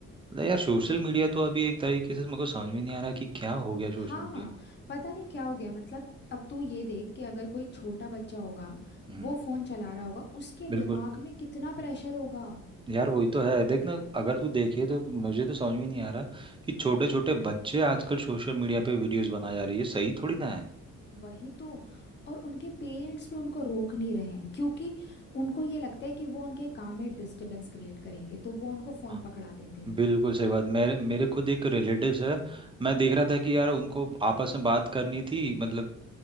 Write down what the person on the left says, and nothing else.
हाँ,
पता नहीं क्या हो गया मतलब अब तू ये देख कि अगर कोई छोटा बच्चा होगा
वो फोन चला रहा होगा उसके दिमाग
में कितना प्रेशर होगा
वही तो और उनके पेरेंट्स भी उनको रोक नहीं रहे हैं क्योंकि उनको ये लगता है कि वो उनके काम में डिस्टरबेंस क्रिएट करेंगे तो वो उनको फोन
पकड़ा देते हैं